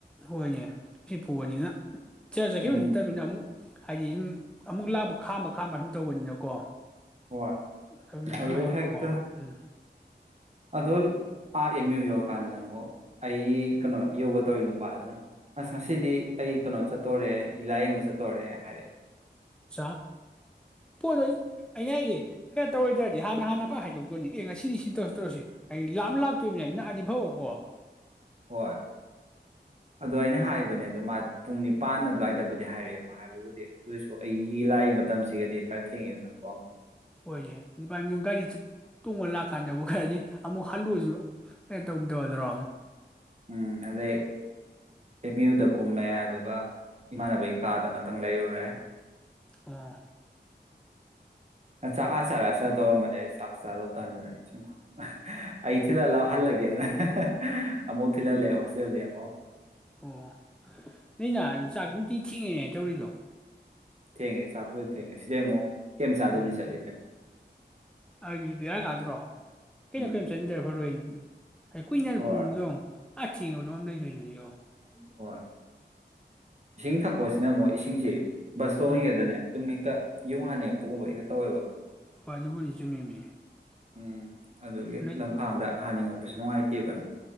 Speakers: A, in the centre; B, on the right.
A: ꯍꯣꯏꯅꯦ ꯁꯤ ꯐꯨꯕꯅꯤꯅ <unintelligible> ꯆꯈꯤꯕ
B: ꯎꯝ
A: ꯅꯠꯇꯕꯅꯤꯅ ꯑꯃꯨꯛ ꯍꯥꯏꯗꯤ ꯑꯃꯨꯛ ꯂꯥꯛꯄ ꯈꯥꯝꯃ <unintelligible> ꯑꯗꯨꯝ ꯇꯧꯕꯅꯤꯅꯀꯣ
B: ꯍꯣꯏ
A: ꯑꯗꯨꯅ
B: ꯑꯗꯨꯒ
A: <unintelligible>
B: ꯍꯦꯛꯇ
A: ꯀꯣꯛ ꯉꯥꯎꯋꯦ ꯎꯝ
B: ꯑꯗꯣ ꯑꯥ ꯑꯦꯝ ꯌꯨ ꯌꯧꯔꯀꯥꯟꯗꯅ ꯑꯃꯨꯛ ꯑꯩ ꯀꯩꯅꯣ ꯌꯣꯒ ꯇꯧꯔꯤ ꯅꯨꯄꯥꯗꯨꯅ ꯑꯁ ꯉꯁꯤꯗꯤ ꯑꯩ ꯀꯩꯅꯣ ꯆꯠ ꯇꯣꯔꯦ ꯂꯥꯏꯌꯦꯡꯕ ꯆꯠꯇꯣꯔꯦ ꯍꯥꯏꯔꯛꯑꯦ
A: ꯑꯆꯥ ꯄꯣꯠꯇꯣ ꯑꯩꯅ ꯍꯥꯏꯗꯤ ꯀꯩꯅꯣ ꯇꯧꯔꯣꯏꯗꯔꯗꯤ ꯍꯥꯟꯅ ꯍꯥꯟꯅ ꯍꯥꯏꯗꯣꯛꯇꯣꯅꯤ ꯑꯦ ꯉꯁꯤꯗꯤ ꯁꯤꯝ ꯇꯧꯔꯁꯤ ꯇꯧꯔꯁꯤ ꯍꯥꯏ ꯂꯥꯛꯞ ꯂꯥꯛꯇꯣꯏꯔꯤꯕꯅꯤ ꯅꯛꯑꯗꯤ ꯐꯕꯀꯣ
B: ꯍꯣꯏ ꯑꯗꯣ ꯑꯩꯅ
A: ꯎꯝ
B: ꯍꯥꯏꯕꯅꯦ ꯑꯗꯣ ꯃꯥ ꯄꯨꯡ ꯅꯤꯄꯥꯟ ꯑꯗꯨꯋꯥꯏꯗꯕꯨꯗꯤ ꯍꯥꯏꯔꯛꯑꯦꯕ ꯍꯥꯏꯕꯕꯨꯗꯤ ꯑꯗꯨꯑꯣꯏꯁꯨ ꯑꯩꯒꯤ ꯂꯥꯏꯒꯤ ꯃꯇꯝꯁꯤꯒꯗꯤ ꯈꯔ ꯊꯦꯡꯉꯦꯗꯅꯀꯣ
A: ꯍꯣꯏꯅꯦ <unintelligible> ꯒꯥꯔꯤ ꯇꯣꯡꯉ ꯂꯥꯛꯀꯥꯟꯗꯕꯨ <unintelligible> ꯑꯃꯨꯛ ꯍꯜꯂꯨꯁꯨ ꯀꯩꯅꯣ ꯇꯧꯒꯨꯝ ꯇꯧꯔꯗꯔꯣ
B: ꯎꯝ ꯑꯗꯩ ꯑꯦꯝ ꯌꯨꯗ ꯀꯨꯝꯃꯦ ꯑꯗꯨꯒ ꯏꯃꯥꯟꯅꯕꯩ ꯀꯥꯗ <unintelligible> ꯇꯪ ꯂꯩꯔꯨꯔꯦ
A: ꯑꯣ
B: <unintelligible> <unintelligible> ꯑꯩ <unintelligible> <unintelligible> ꯍꯜꯂꯒꯦ <unintelligible> ꯑꯃꯣꯛ ꯊꯤꯈꯜꯂꯦ ꯍꯣꯁꯇꯦꯜꯗꯩꯩ ꯑꯃꯣꯛ
A: ꯑꯣ ꯅꯣꯏ
B: ꯎꯝ
A: ꯅꯥ ꯆꯥꯛ ꯅꯨꯡꯇꯤ ꯊꯤꯉꯤꯅꯦ ꯇꯧꯔꯤꯗꯨ
B: ꯊꯦꯡꯉꯦ ꯆꯥꯀꯄꯨꯗꯤ ꯊꯦꯡꯉꯦ ꯁꯤꯗꯩꯩ ꯑꯃꯨꯛ ꯀꯩꯝ ꯆꯥꯗꯕꯤ
A: ꯎꯝ
B: ꯆꯠꯂꯤꯅꯦ
A: ꯑꯦ ꯑꯗꯨ ꯕꯦꯔꯥ ꯀꯥꯗ꯭ꯔꯣ ꯀꯩꯅꯣ
B: ꯎꯝ
A: ꯀꯩꯅꯣ <unintelligible> ꯐꯔꯣꯏꯅꯤ <unintelligible> ꯀꯨꯏꯅ
B: ꯍꯣꯏ
A: ꯄꯨꯡ ꯌꯣ <unintelligible> <unintelligible> ꯂꯩꯗꯣꯏꯗꯅꯤꯅꯦ ꯌꯣ <unintelligible>
B: ꯍꯣꯏ ꯏꯁꯤꯡ ꯊꯛꯄꯁꯤꯅ ꯑꯃꯨꯛ ꯏꯁꯤꯡꯁꯤ ꯕꯁ ꯇꯣꯉꯤꯉꯩꯗꯅꯦ
A: ꯎꯝ
B: ꯑꯗꯨꯝ ꯍꯦꯛꯇ ꯌꯨꯡ ꯍꯥꯟꯅꯤꯡꯉꯛꯄꯒꯨꯝꯕ ꯍꯦꯛꯇ ꯇꯧꯋꯦꯕ
A: ꯍꯣꯏ ꯑꯗꯨꯕꯨꯗꯤ ꯆꯨꯝꯃꯤꯃꯤ
B: ꯎꯝ ꯑꯗꯨꯒꯤ
A: ꯅꯣꯏ
B: ꯂꯝꯈꯥꯡꯗ ꯍꯥꯅꯤꯡꯉꯛꯄꯁꯨ ꯅꯨꯡꯉꯥꯏꯇꯦꯕ